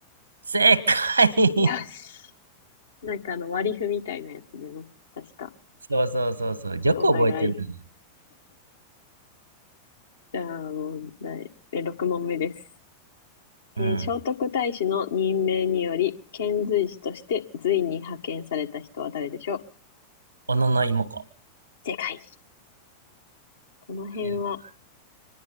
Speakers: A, on the right; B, on the left.
A: 正解
B: よし。なんかあの割り符みたいなやつでも、確か。
A: <laughs> そうそうそうそう。よく覚えてるね。
B: お互い。じゃあ問題。え、6問目です。えー聖徳太子の任命により、
A: うん。
B: 遣隋使として隋に派遣された人は誰でしょう
A: 小野の妹子。
B: 正解。この辺は、
A: えー